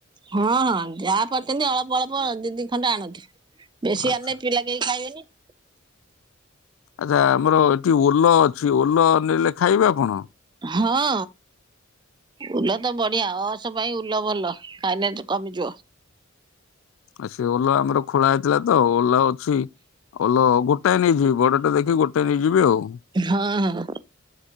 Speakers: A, on the right; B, on the left.
A: ହଁ ହଁ ଯାହା ପାରୁଚନ୍ତି ଅଳ୍ପ ଅଳ୍ପ ଦି ଦି ଖଣ୍ଡେ ଆଣନ୍ତୁ ବେଶୀ
B: ଆଚ୍ଛା
A: ଆଣିଲେ ପିଲା କେହି ଖାଇବେନି।
B: ଆଚ୍ଛା ଆମର ଏଠି ଓଲ ଅଛି ଓଲ ନେଲେ ଖାଇବା ଆପଣ?
A: ହଁ। ଉଲତ ବଢିଆ ଅର୍ଶ ପାଇଁ ଉଲ ଭଲ ଖାଇଲେ କମିଯିବ।
B: ଆ ସେ ଓଲ ଆମର ଖୋଳା ହେଇଥିଲାତ ଓଲ ଅଛି ଓଲ ଗୋ ଟାଏ ନେଇଯିବି ବଡ଼ଟେ ଦେଖି ଗୋଟେ ନେଇଯିବି ଆଉ।।
A: ହଁ ହଁ।